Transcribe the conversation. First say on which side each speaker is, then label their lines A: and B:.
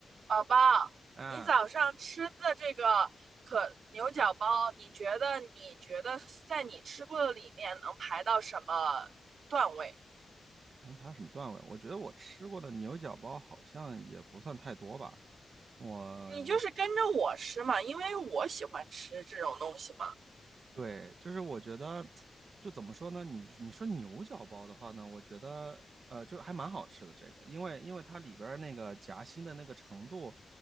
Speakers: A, on the right (about 80°); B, on the right (about 60°).
A: 宝宝，
B: 啊，
A: 你早上吃的这个可牛角包，你觉得你觉得在你吃过的里面能排到什么段位？
B: 能排到什么段位？我觉得我吃过的牛角包好像也不算太多吧。我
A: 你就是跟着我吃嘛，因为我喜欢吃这种东西嘛。
B: 对，就是我觉得，就怎么说呢？你你说牛角包的话呢，我觉得呃，就还蛮好吃的这个，因为因为它里边儿那个夹心的那个程度，